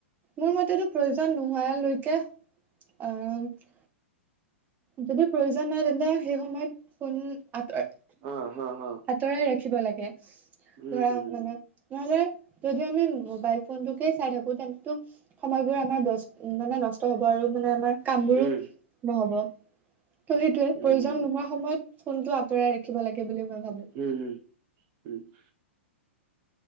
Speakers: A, on the right; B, on the right.
A: মোৰ মতেতো প্ৰয়োজন নোহোৱালৈকে আহ'- যদি প্ৰয়োজন নাই তেন্তে সেই সময়ত ফোন-
B: অ, হা, হা,
A: আঁতৰাই ৰাখিব লাগে,
B: উম,
A: ধৰা
B: হম, হম,
A: মানে- নহ'লে যদি আমি মোবাইল ফোনটোকে চাই থাকো তেন্তটো- সময়বোৰ আমাৰ মানে নষ্ট হ'ব আৰু মানে আমাৰ কামবোৰো
B: উম।
A: নহ'ব। তো' সেইটোয়ে,
B: উম,
A: প্ৰয়োজন নোহোৱা সময়ত ফোনটো আঁতৰাই ৰাখিব লাগে বুলি মই ভাবোঁ।
B: উমঁ' হুম, উমঁ'।